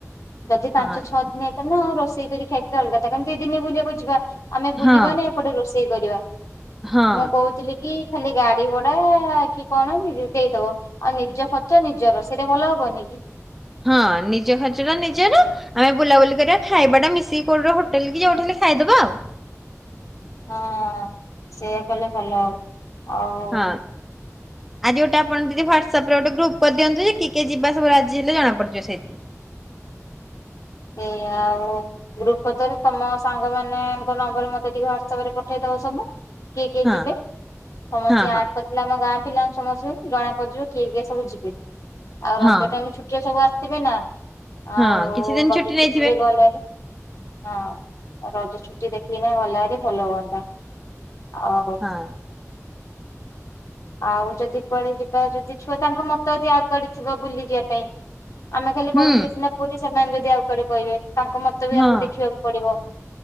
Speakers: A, on the left; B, in the centre.
A: ଯଦି ପାଞ୍ଚ
B: ହଁ।
A: ଛଅ ଦିନ ହେଇଥାନ୍ତା ହିଁ ର ଷେଇ କରିରି ଖାଇଥିଲ ଅଲଗା ତା କ ଦି ଦିନ ବୁଲିବାକୁ ଯିବା, ଆମେ ବୁଲିବାନ
B: ହଁ
A: ଏପଟେ ରୋ ଷେଇ କରିବା,
B: ହଁ
A: ମୁଁ କହୁଥିଲି କି ଖାଲି ଗାଡି ଭଡା କି କଣ ନି ଦେଇଦବ ଆଉ ନିଜ ଖର୍ଚ ନିଜର ସେଇଟା ଭଲ ହବନି କି?
B: ହଁ ନିଜ ଖର୍ଚ୍ଚଟା ନିଜର ଆମେ ବୁଲାବୁଲି କରିବା ଖାଇବା ଟା ମିଶିକି କୋଉଠି ହୋଟେଲ କି ଯୋଉଠି ହେଲେ ଖାଇଦବା ଆଉ,
A: ହଁ ସେଇଆ କଲେ ଭଲ ହବ, ଆଉ
B: ହଁ ଆଜି ଗୋଟେ ଆପଣ ଦିଦି ହ୍ୱାଟସପ୍ ରେ ଗୋଟେ ଗ୍ରୁପ କରିଦିଅନ୍ତୁ ଯେ କିଏ କିଏ ଯିବା ସବୁ ରାଜି ହେଲେ ଜଣା ପଡିଯିବ ସେଇଥିରୁ,
A: ଏ ଆଉ ଗ୍ରୁପ କର ତମ ସାଙ୍ଗ ମାନଙ୍କ ନମ୍ବର ମତେ ଟିକେ ହ୍ଵାଟସପ ରେ ପଠେଇଦବ ସବୁ କିଏ କିଏ
B: ହଁ
A: ଯିବେ ସମସ୍ତେ
B: ହଁ ହଁ
A: ଆଡ କରିଥିଲେ ଆମ ଗାଁ ପିଲାଙ୍କୁ ସମସ୍ତେ ଜଣା ପଡିଯିବ କିଏ କିଏ ସବୁ ଯିବେ, ଆଉ
B: ହଁ
A: ରଜ ଟାଇମ ଛୁଟିରେ ସବୁ ଆସ ଥିବେ ନା, ଆଉ
B: ହଁ କିଛି ଦିନ
A: ଛୁଟି
B: ନେଇଥିବେ
A: ରେ ଗଲେରେ ହଁ ରଜ ଛୁଟି ଦେଖି କିନି ଗଲେ ଆରି ଭଲ ହୁଅନ୍ତା, ଆଉ
B: ହଁ।
A: ଆଉ ଯଦି କୁଆଡେ ଯିବା ଯଦି ଛୁଆ ତାଙ୍କ ମତ ଆଉ କୁଆଡେ ଥିବ ବୁଲିଯିବା ପାଇଁ, ଆମେ ଖାଲି
B: ହୁଁ
A: କହିଥିଲେ ସିନା ପୁରୀ ସେମାନେ ଯଦି ଆଉ କୁଆଡେ କହିବେ, ତାଙ୍କ ମତ ବି
B: ହଁ
A: ଆମକୁ ଦେଖିବାକୁ ପଡିବ,